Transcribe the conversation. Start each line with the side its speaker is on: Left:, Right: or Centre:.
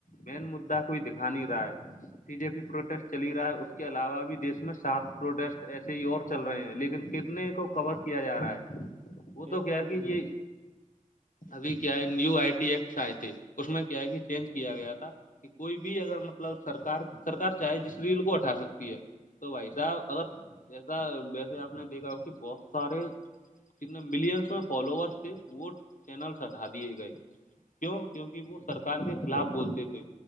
Left: مین مددا کوئی دکھا نہیں رہا ہے بیی جے پی پروٹیسٹ چلی رہا ہے اس کے علاوہ بھی دیش میں سات پروٹیسٹ ایسے ہی اور چل رہے ہیں لیکن کتنے کو کور کیا جا رہا ہے وہ
Right: ایک
Left: تو کیا
Right: کو
Left: کہ
Right: بھی نہیں
Left: یہ ابھی کیا ہے نیو آئی ٹی ایکٹس آئے تھے اس میں کیا ہے کہ چینج کیا گیا تھا کہ کوئی بھی اگر مطلب سرکار سرک چاہے جس ریل کو ہٹا سکتی ہے تو بھائی صاحب اگر ویسے آپ نے دیکھا ہو کہ بہت سارے کتنے ملینس میں فالوورس تھے وہ چینلس ہٹا دیے گئے کیوں کیونکہ وہ سرکار کے خلاف بولتے تھے